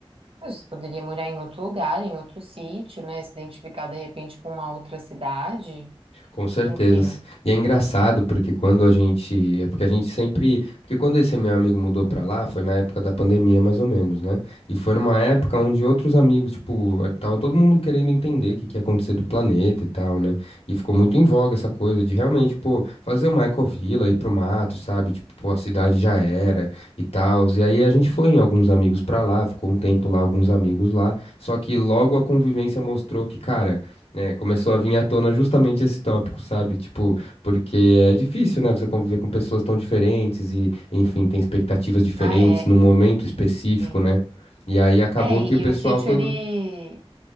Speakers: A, on the right (about 65°); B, on the left (about 80°).
A: Mas você poderia morar em outro lugar, em outro sítio, né? Se identificar de repente com uma outra cidade,
B: Com certeza.
A: enfim.
B: E é engraçado porque quando a gente, é porque a gente sempre, porque quando esse meu amigo mudou pra lá, foi na época da pandemia mais ou menos, né? E foi numa época onde outros amigos, tipo, eh, tava todo mundo querendo entender o que que ia acontecer do planeta e tal, né? E ficou muito em voga essa coisa de realmente, pô, fazer uma ecovila, ir pro mato, sabe? Tipo, pô, a cidade já era e tal. E aí a gente foi em alguns amigos pra lá, ficou um tempo lá, alguns amigos lá. Só que logo a convivência mostrou que, cara, é, começou a vir à tona justamente esse tópico, sabe? Tipo, porque é difícil, né? Você conviver com pessoas tão diferentes e, enfim, tem expectativas diferentes
A: Ah, é,
B: num momento específico,
A: sim.
B: né? E aí acabou
A: É, e,
B: que o pessoal
A: e o sítio
B: todo,
A: ele,